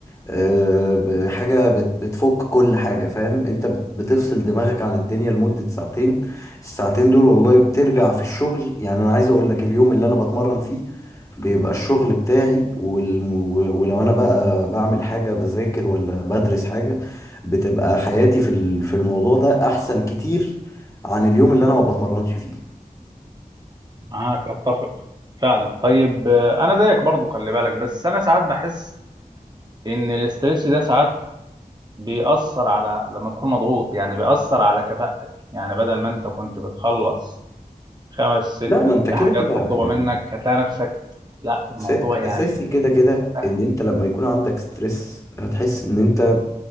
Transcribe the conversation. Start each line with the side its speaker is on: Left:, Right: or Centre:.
Left: آه، ب- حاجه بت... بتفك كل حاجه فاهم انت بت... بتفصل دماغك عن الدنيا لمده ساعتين الساعتين دول والله بترجع في الشغل يعني انا عايز اقول لك اليوم اللي انا بتمرن فيه بيبقى الشغل بتاعي والم... و- ولو انا بقى بعمل حاجة بذاكر ولا بدرس حاجة بتبقى حياتي في ال- في الموضوع ده احسن كتير عن اليوم اللي انا ما بتمرنش فيه
Right: معاك اتفق فعلا طيب آه، انا زيك برضو خلي بالك بس انا ساعات بحس ان الاستريس ده ساعات بيأثر على لما تكون مضغوط يعني بيأثر على كفاءتك يعني بدل ما انت كنت بتخلص خمس ست
Left: لا ما انت كده
Right: حاجات
Left: كده
Right: مطلوبة
Left: يعني
Right: منك هتلاقي نفسك لا الموضوع
Left: أسا-
Right: يعني
Left: اساسي كده كده
Right: فاهم
Left: ان انت لما يكون عندك ستريس هتحس ان انت